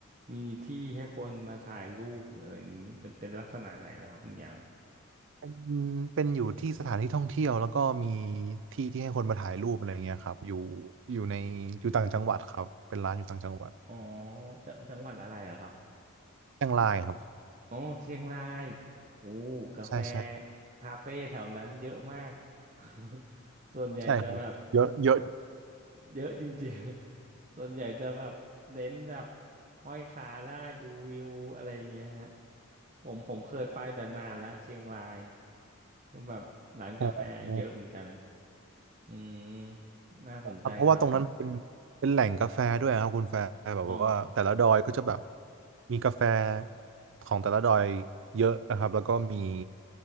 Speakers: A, on the right; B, on the right.
A: มีที่ให้คนมาถ่ายรูปหรืออะไรอย่างนี้เป็นเป็นลักษณะไหนล่ะครับคุณหยาง
B: เป็นเป็นอยู่ที่สถานที่ท่องเที่ยวแล้วก็มีที่ที่ให้คนมาถ่ายรูปอะไรเงี้ยครับอยู่อยู่ในอยู่ต่างจังหวัดครับเป็นร้านอยู่ต่างจังหวัด
A: อ๋อจังจังหวัดอะไรล่ะครับ
B: เชียงรายครับ
A: อ๋อเชียงรายโอ้กาแฟ
B: ใช่ใช่
A: คาเฟ่แถวนั้นเยอะมาก <laughs> ส่วนใหญ่จะแบบ
B: ใช่ครับเยอะเยอะ
A: เยอะจริงๆ <laughs> ส่วนใหญ่จะแบบเน้นแบบห้อยขาได้ดูวิวอะไรอย่างเงี้ยฮะผมผมเคยไปแต่นานแล้วเชียงรายก็แบบร้านกาแฟเยอะเหมือนกัน
B: โอ้โห
A: อืมน่าสนใจครับ
B: ครับเพราะว่าตรงนั้นเป็นเป็นแหล่งกาแฟด้วยครับคุณแฟร์แบบว่าแต่ละดอยก็จะแบบ
A: อ๋อ
B: มีกาแฟของแต่ละดอยเยอะนะครับแล้วก็มี